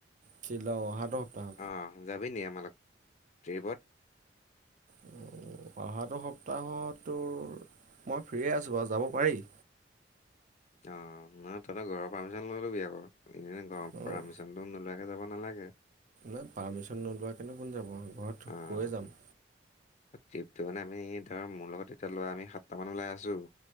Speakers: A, on the right; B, on the left.
A: শ্বিল অহাটো সপ্তাহ?
B: অ', যাবি নি আমাৰত ট্ৰিপত?
A: অ', অহাটো সপ্তাহততোৰ মই ফ্ৰে আছোঁ বাৰু যাব পাৰি।
B: অ', নহয় ততে ঘৰৰ পাৰ্মিশ্যন ল'লেতো বিয়া কৰ এনে
A: অ'।
B: পচনটো নোলোৱাকে যাব নালাগে।
A: নাই। পাৰ্মিশন নোলোৱাকৈনে কোন যাব ঘৰত
B: অ',
A: গৈয়ে যাম।
B: ট্ৰিপটো মানে আমি ধৰ মোৰ লগত এতিয়া লোৱা আমি সাতটা মান ওলাই আছো।